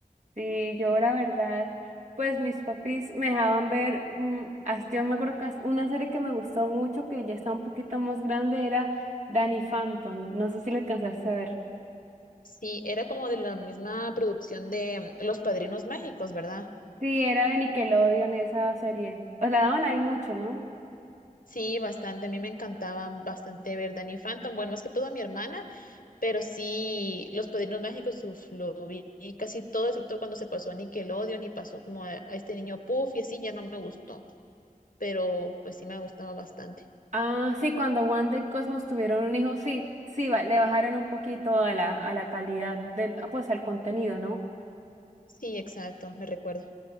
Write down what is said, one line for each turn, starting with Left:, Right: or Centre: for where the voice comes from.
Right: Sí, yo la verdad, pues mis papis me dejaban ver, mm, hasta- yo me acuerdo que hasta una serie que me gustó mucho, que ya está un poquito más grande, era Danny Phantom. No sé si la alcanzaste a ver.
Left: Sí, era como de la misma producción de mm, Los Padrinos Mágicos, ¿verdad?
Right: Sí, era de Nickelodeon esa serie. Os la daban ahí mucho, ¿no?
Left: Sí, bastante. A mí me encantaban bastante ver Danny Phantom. Bueno, más que todo a mi hermana, pero sí, Los Padrinos Mágicos, uf, lo vi casi todo, excepto cuando se pasó a Nickelodeon y pasó como a, a este niño Puff y así, ya no me gustó. Pero pues sí me gustaba bastante.
Right: Ah, sí, cuando Wanda y Cosmos tuvieron un hijo, sí, sí, ba- le bajaron un poquito a la, a la calidad del, ah, pues al contenido, ¿no?
Left: Sí, exacto, me recuerdo.